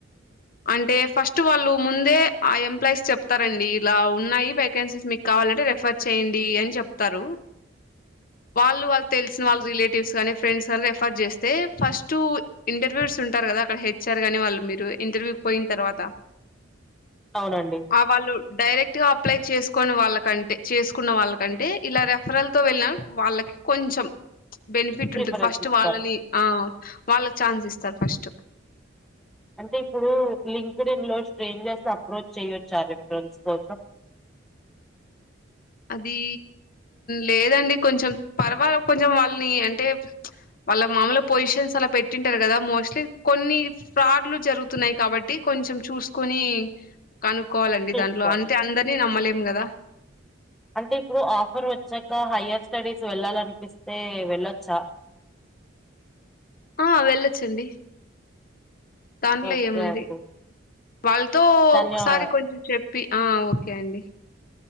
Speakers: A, on the left; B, in the centre.
A: అంటే ఫస్ట్ వాళ్ళు ముందే ఆ ఎంప్లాయీస్ చెప్తారండి ఇలా ఉన్నాయి వేకెన్సీస్ మీక్ కావాలంటే రెఫర్ చేయండి అని చెప్తారు వాళ్ళు వాళ్ళ తెలిసిన వాళ్ళ రిలేటివ్స్ గానీ ఫ్రెండ్స్ కానీ రెఫర్ చేస్తే ఫస్ట్ ఇంటర్వ్యూస్ ఉంటారు కదా అక్కడ హెచ్ఆర్ కాని వాళ్ళు మీరు ఇంటర్వ్యూ పోయిన తర్వాత
B: అవునండి
A: ఆ వాళ్ళు డైరెక్ట్గా అప్లై చేసుకోని వాళ్ళకంటే చేసుకున్న వాళ్ళకంటే ఇలా రెఫరల్ తొ వెళ్ళిన వాళ్ళ కొంచెం బెనిఫిట్
B: ప్రిఫరెన్స్
A: ఉంటుంది ఫస్ట్
B: ఇస్తారు
A: వాళ్ళని ఆ వాళ్ళకి ఛాన్స్ ఇస్తారు ఫస్ట్
B: అంటే ఇప్పుడు లింక్డ్ ఇన్ లో స్ట్రేంజర్స్ ని అప్రోచ్ చేయొచ్చా రిఫరెన్స్ కోసం
A: అది లేదండి కొంచెం పర్వాల కొంచెం వాళ్ళని అంటే వాళ్ళ మామూలు పొజిషన్స్ అలా పెట్టింటారు కదా మోస్ట్లీ కొన్ని ఫ్రాడ్లు జరుగుతున్నాయి కాబట్టి కొంచెం చూసుకొని కనుక్కోవాలండి
B: చూసుకోవాలి
A: దాంట్లో అంటే అందరినీ నమ్మలేం కదా
B: అంటే ఇప్పుడు ఆఫర్ వచ్చాక హయర్ స్టడీస్ వెళ్ళాలనిపిస్తే వెళ్ళచ్చా?
A: ఆ వెళ్ళొచ్చండి దాంట్లో
B: ఓకే
A: ఏముంది
B: అండి
A: వాళ్ళతో
B: ధన్యవా
A: ఒకసారి కొంచెం చెప్పి, ఆ ఓకే అండి.